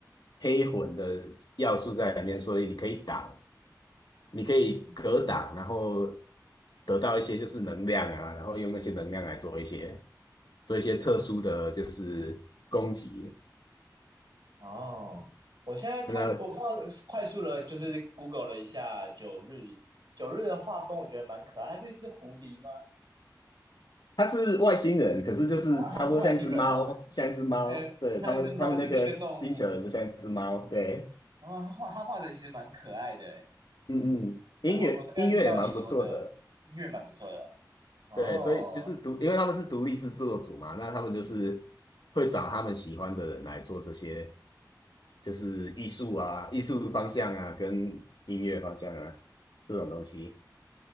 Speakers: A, on the left; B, on the right.
A: 黑魂的要素在里面，所以你可以挡，你可以格挡，
B: 嗯，
A: 然后得到一些就是能量啊，然后用那些能量来做一些做一些特殊的就是攻击。
B: 哦，我现在看，
A: 那
B: 我刚刚快速的，就是 Google 了一下九日，九日的画风，我觉得蛮可爱。它是一只狐狸吗？
A: 他是外星人，可是就是差不多像一只猫，
B: 啊啊是外星人哦。
A: 像一只猫。
B: 呃，
A: 对，
B: 它是猫，
A: 他们，他们那个星球人就像一只猫。
B: 就是一个动物。
A: 对，
B: 然后它画它画的其实蛮可爱的欸
A: 嗯嗯，
B: 然后我大概知道你说的音乐蛮不错的。
A: 音乐音乐也蛮不错的，
B: 哦，
A: 对，所以就是独，因为他们是独立制作组嘛，那他们就是会找他们喜欢的人来做这些，就是艺术啊、艺术方向啊，跟音乐方向啊这种东西。